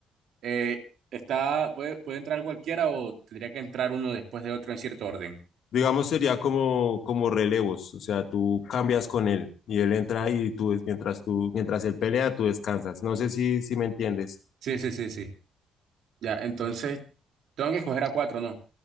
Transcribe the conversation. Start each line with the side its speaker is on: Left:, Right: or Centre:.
Right: eh, está, puede, puede entrar cualquiera o tendría que entrar uno después de otro en cierto orden.
Left: Digamos, sería como, como relevos, o sea, tú cambias con él y él entra y tú, des- mientras tú, mientras él pelea, tú descansas. No sé si, si me entiendes.
Right: Sí, sí, sí, sí. Ya, entonces, tengo que escoger a cuatro, ¿no?